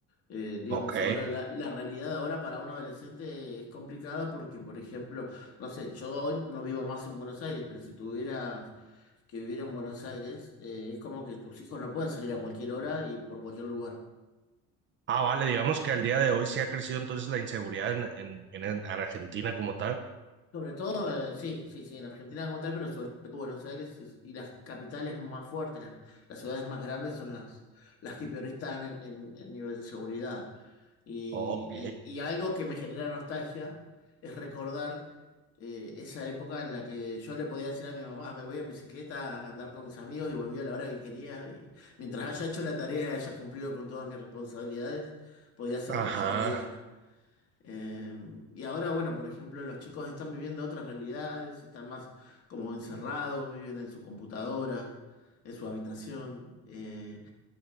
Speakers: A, on the left; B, on the right.
A: Eh, digamos,
B: ok.
A: ahora la, la realidad ahora para un adolescente es complicada porque, por ejemplo, no sé, yo hoy no vivo más en Buenos Aires, pero si tuviera que vivir en Buenos Aires, eh, es como que tus hijos no pueden salir a cualquier hora y por cualquier lugar.
B: Ah, vale, digamos que al día de hoy sí ha crecido entonces la inseguridad en, en, en el- en Argentina como tal.
A: Sobre todo, eh, sí, sí, sí, en Argentina como tal, pero sobre todo Buenos Aires es- y las capitales más fuertes, las, las ciudades más grandes son las, las que peor están en, en- en nivel de seguridad. Y,
B: Ok,
A: y- y algo que me genera nostalgia es recordar eh, esa época en la que yo le podía decir a mi mamá, me voy en bicicleta a andar con mis amigos y volví a la hora que quería. Y mientras haya hecho la tarea y haya cumplido con todas mis responsabilidades, podía hacer
B: ajá,
A: lo que yo quería. Eh, y ahora, bueno, por ejemplo, los chicos están viviendo otras realidades, están más como encerrados, viven en su computadora, en su habitación, eh,